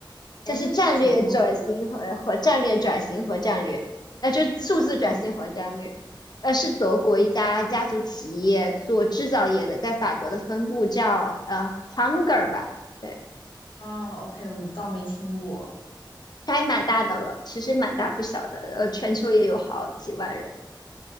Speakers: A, on the left; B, on the left.
A: 这是战略转型和和战略转型和战略，
B: 哎，这是什么公司？
A: 呃，就是数字转型和战略，
B: 是什么公司？
A: 呃，是德国一家家族企业做制造业的，在法国的分部叫呃 Hunger 吧，对，
B: 啊。OK，我倒没听过，
A: 它还蛮大的了，其实蛮大不小的，呃，全球也有好几万人。